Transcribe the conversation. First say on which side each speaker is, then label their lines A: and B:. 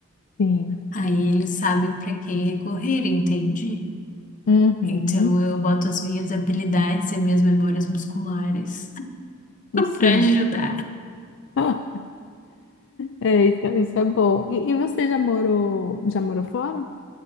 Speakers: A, on the left; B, on the left.
A: Sim.
B: Aí eles sabem para quem recorrer, entende?
A: Uhum.
B: Então eu boto as minhas habilidades e as minhas memórias musculares <laughs>
A: Sim.
B: para ajudar.
A: <laughs> É, isso, isso é bom. E, e você já morou, já morou fora?